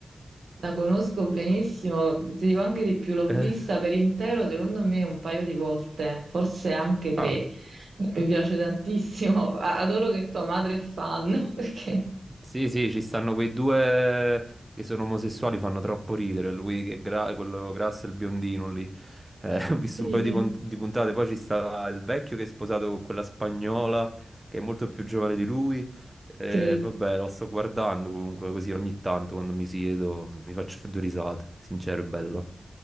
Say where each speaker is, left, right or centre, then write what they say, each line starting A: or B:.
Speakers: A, on the right; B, on the right.
A: La conosco benissimo, ti dico anche di più, l'ho
B: Eh,
A: vista per intero, secondo me un paio di volte, forse anche tre.
B: ah.
A: Mi piace tantissimo, <laughs> a- adoro che tua madre è fan, <laughs> perché
B: Sì, sì, ci stanno quei due che sono omosessuali, fanno troppo ridere. Lui che è gra- quello grasso e il biondino lì. Eh, <laughs> ho visto
A: sì,
B: un paio di, pont- di puntate. Poi ci sta il vecchio che è sposato con quella spagnola che è molto più giovane di lui. Eh,
A: sì.
B: vabbè, lo sto guardando comunque così ogni tanto quando mi siedo, mi faccio due risate, sincero e bello.